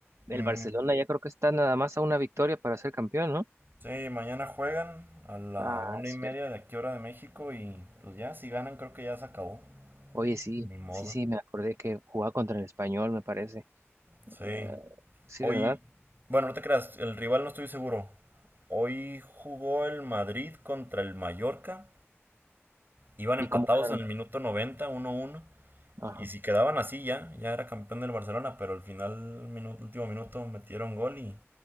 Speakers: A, on the right; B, on the right.
A: el
B: Mm,
A: Barcelona ya creo que está nada más a una victoria para ser campeón, ¿no?
B: Sí, mañana juegan a la
A: Ah,
B: una
A: cierto.
B: y media de aquí hora de México y pues ya, si ganan creo que ya se acabó.
A: Oye, sí,
B: Ni modo.
A: sí, sí, me acordé que jugaba contra el Español, me parece.
B: Sí.
A: Ah, Sí,
B: Hoy,
A: ¿verdad?
B: bueno, no te creas, el rival no estoy seguro. Hoy jugó el Madrid contra el Mallorca. Iban empatados
A: ¿Y cómo quedaron?
B: en el minuto noventa, uno uno
A: Ajá.
B: Y si quedaban así ya, ya era campeón del Barcelona, pero al final, minuto, último minuto, metieron gol y